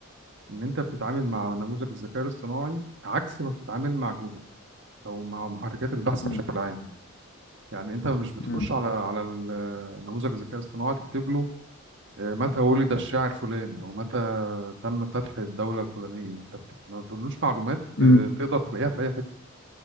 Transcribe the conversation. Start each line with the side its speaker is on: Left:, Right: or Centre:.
Right: ان انت بتتعامل مع نموذج الذكاء الاصطناعي عكس ما بتتعامل مع جوجل او مع محركات البحث
Left: مم.
Right: بشكل عام يعني انت مش بتخش
Left: مم.
Right: على على ال- نموذج الذكاء الاصطناعي تكتب له إيه، متى ولد الشاعر فلان او متى تم فتح الدوله الفلانيه انت بت- ما بتقولوش معلومات
Left: امم
Right: آه، تقدر تلاقيها في اي حته